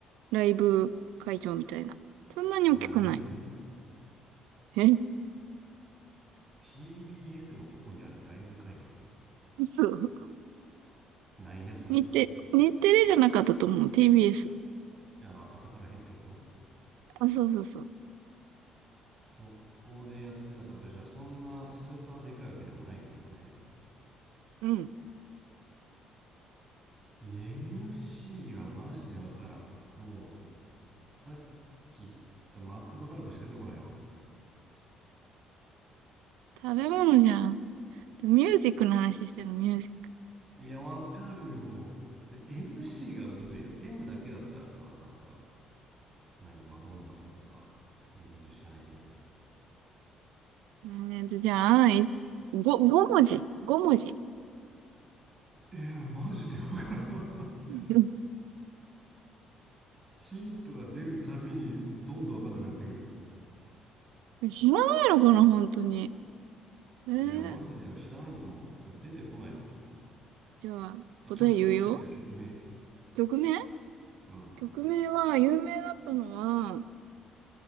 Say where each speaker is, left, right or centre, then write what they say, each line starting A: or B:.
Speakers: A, on the right; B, on the right.
A: ライブ会場みたいな。そんなに大きくない。
B: なんやそれ
A: え
B: TBS のとこにあるライブ会場
A: そう。
B: なんやそれ
A: 日テ、日テレじゃなかったと思う。TBS。
B: あの赤坂らへんってこと
A: あ、そうそうそう。
B: そこでやってたってことでじゃあそんなスーパーでかいわけでもないってことね
A: うん。
B: MC はマジでわからんもうさっき言ったマクドナルドしか出てこないわ
A: 食べ物じゃん。ミュージックの話してる、ミュージック。
B: いやわかるよで MC がむずいだって M だけだったらさなんか何マドンナとかさ出てきる知らないけど
A: えーと、じゃあ、いご、5文字。5文字。
B: いやマジでわからん <laughs> 待って
A: <laughs>
B: ヒントが出るたびにどんどんわかんなくなってくる
A: 知らないのかな、本当に。えー、
B: いやマジでは知らないんともうだって出てこないもん
A: じゃあ、
B: え曲名教えてじゃん曲名
A: 答え言うよ。曲名
B: うん
A: 曲名は、有名だったのは、